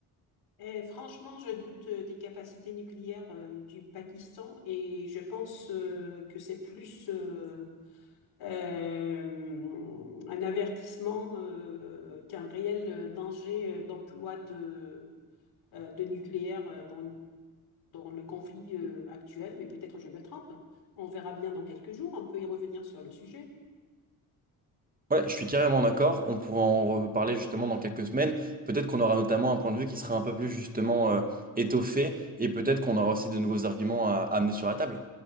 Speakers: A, on the left (about 80°); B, on the right (about 25°).
A: Eh, franchement, je doute euh, des capacités nucléaires euh, du Pakistan et je pense euh, que c'est plus euh, euh, un avertissement euh, qu'un réel euh, danger euh, d'emploi de, euh, de nucléaire euh, dans, dans le conflit euh, actuel, mais peut-être je me trompe. On verra bien dans quelques jours, on peut y revenir sur le sujet.
B: Ouais, je suis carrément d'accord. On pourra en reparler justement dans quelques semaines. Peut-être qu'on aura notamment un point de vue qui sera un peu plus justement euh, étoffé et peut-être qu'on aura aussi de nouveaux arguments à à amener sur la table.